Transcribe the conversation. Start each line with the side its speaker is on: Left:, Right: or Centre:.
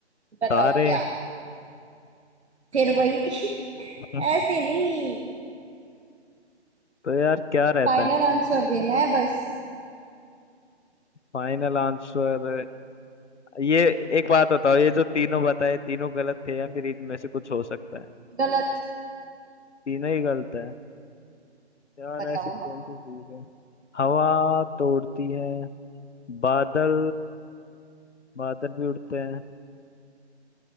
Right: बताओ
Left: तारे
Right: क्या फिर वही <laughs>
Left: <laughs>
Right: ऐसे नहीं
Left: तो यार क्या रहता
Right: फाइनल
Left: है
Right: आंसर देना है बस
Left: Final answer ये एक बात बताओ ये जो तीनों बताए तीनों गलत थे या फिर इनमें से कुछ हो सकता है
Right: गलत
Left: तीनों ही गलत है यार
Right: बताओ
Left: ऐसी कौन
Right: हम
Left: सी चीज है हवा तो उड़ती है बादल बादल भी उड़ते हैं